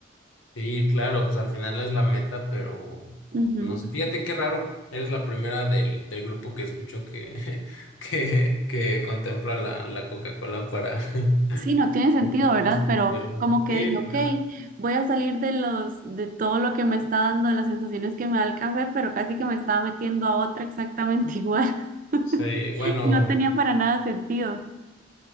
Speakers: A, on the left; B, on the right.
A: Sí, claro, pues al final es la meta, pero
B: Ujú.
A: no sé, fíjate qué raro. Eres la primera del, del grupo que escucho que, <laughs> que, que contempla la, la Coca-Cola para, <laughs>
B: Sí, no tiene sentido,
A: Vamos
B: ¿verdad?
A: a
B: Pero como que
A: Sí,
B: dije, ok,
A: claro.
B: voy a salir de los, de todo lo que me está dando, de las sensaciones que me da el café, pero casi que me estaba metiendo a otra exactamente igual. <laughs>
A: Sí, bueno,
B: No tenía para nada sentido.